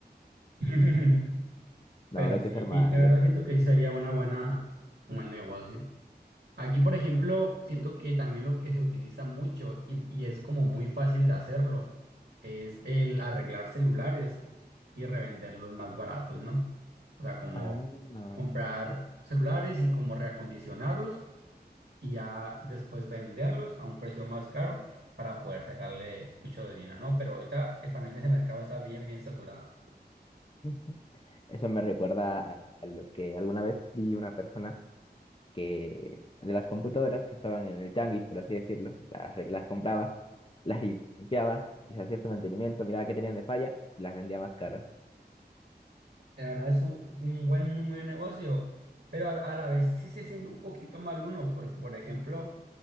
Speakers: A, on the right; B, on the left.
A: <laughs>
B: No,
A: Pero
B: no hay
A: sí,
B: que ser malos.
A: sí, la verdad siento que sí sería una buena, un buen negocio. Aquí, por ejemplo, siento que también lo que se utiliza mucho y, y es como muy fácil de hacerlo es el arreglar celulares y revenderlos más baratos, ¿no? O sea, como
B: Ah, no.
A: comprar celulares y como reacondicionarlos y ya después venderlos a un precio más caro para poder sacarle mucho dinero, ¿no? Pero ahorita es- también ese mercado está bien, bien saturado.
B: <laughs> Eso me recuerda a a lo que alguna vez vi una persona que de las computadoras que estaban en el tianguis, por así decirlo, las, re- las compraba, las limpiaba, les hacía su mantenimiento, miraba qué tenían de falla y las vendía más caras.
A: La verdad es un, es un buen, muy buen negocio, pero a, a la vez sí se siente un poquito mal uno, porque por ejemplo,